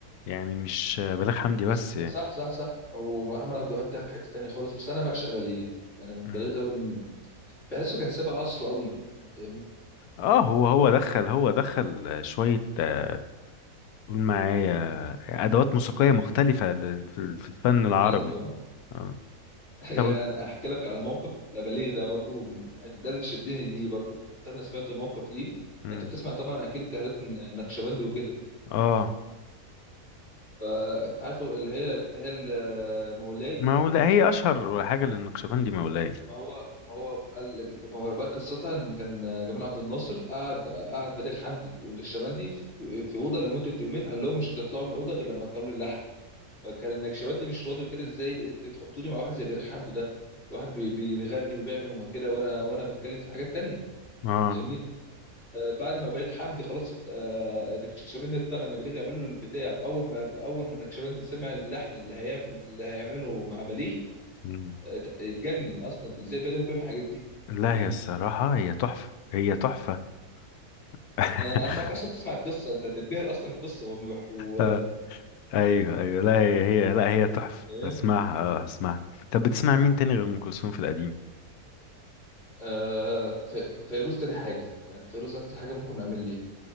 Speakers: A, on the left (about 75°); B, on the left (about 50°).
A: يعني مش آه، بليغ حمدي بس
B: بس
A: يعني
B: صح صح صح او محمد عبد الوهاب ده في حته تانيه خالص بس انا بعشق بليغ انا من
A: مم.
B: بليغ ده من بحسه كان سابق عصره قوي فاهمني
A: اه هو هو دخل هو دخل آه، شوية آه، قول معايا آه، ادوات موسيقية مختلفة لل- في في الفن العربي
B: مختلف اه
A: اه
B: <laughs>
A: طب
B: يعني انا احكي لك على موقف لبليغ ده برضو من ده اللي شدني ليه برضو كنت انا سمعت موقف ليه
A: مم.
B: انت بتسمع طبعا اكيد بتهلات النقشبندي وكده
A: اه
B: فعارف اللي هي ابتهال آه، مولاي
A: مولا هي اشهر حاجه للنقشبندي مولاي
B: ما هو ما هو قال ما هو بقى قصتها ان كان آه، جمال عبد الناصر قعد قعد بليغ حمدي والنكشبندي في في اوضه لمده يومين قال لهم مش هتطلعوا من الاوضه غير لما تطلعوا لي لحن فكان النكشبندي مش راضي وكده ازاي انت تحطوني مع واحد زي بليغ حمدي ده واحد بي- بي- بيغني وبيعمل وما كده وانا وانا بتكلم في حاجات تانية
A: اه
B: فاهمني آه، بعد ما بليغ حمدي خلاص اقت- آه، النكشبندي اقتنع ان بليغ يعمل له البتاع اول ما اول ما النكشبندي سمع اللحن اللي هيعمل اللي هيعمله مع بليغ
A: مم.
B: ات- اتجنن اصلا ازاي بيلغي بيهم الحاجات دي
A: لا
B: فاهمني
A: هي الصراحه هي تحفه هي تحفه <laughs>
B: يعني انا انصحك اصلا تسمع القصه انت هتتبهر اصلا القصه وهم بيحكوا
A: آه، ايوه ايوه لا هي هي لا هي تحفه
B: فاهم
A: هسمعها اه هسمعها طب بتسمع مين تاني غير ام كلثوم في القديم
B: آه ف- فيروز تاني حاجه يعني فيروز اكتر حاجه ممكن اعمل ليها